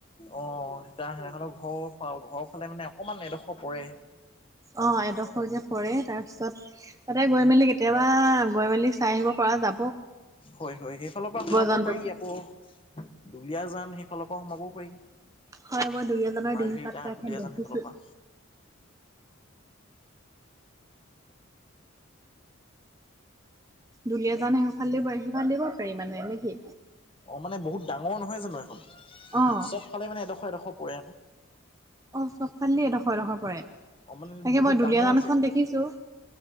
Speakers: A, on the left; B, on the right.
A: অ তা সেহঁতৰ ঘৰৰ পা ঘৰৰ ফালে মানে অকমান এডখৰ পৰে।
B: অ এডখৰ যে পৰে, তাৰপিছত তাতে গৈ মেলি কেতিয়াবা গৈ মেলি চাই আহিব পৰা যা
A: হয়, হয়। সেইফালৰ পৰা সোমাবও
B: জন্তুবোৰ।
A: পাৰি। আকৌ দুলীয়াজান সেইফালৰ পৰা সোমাবও পাৰি।
B: হয় মই দুলীয়াজানৰ
A: মাৰ্ঘেৰিটা,
B: ডিঙি পাটকা এখন
A: দুলীয়াজান
B: দেখিছো।
A: সেইফালৰ পৰা।
B: দুলিয়াজান সেইফাল দি পাৰি সেইফাল দিও পাৰি মানে নে কি?
A: অ', মানে বহুত ডাঙৰ নহয় জানো এখন।
B: অ'।
A: চবফালে মানে এডোখৰ- এডোখৰ পৰে।
B: অ', চবফালেদি এডোখৰ-এডোখৰ পৰে,
A: অ মানে
B: তাকে
A: বহুত
B: মই দুলীয়াজানখন
A: ডাঙৰ যে
B: দেখিছোঁ।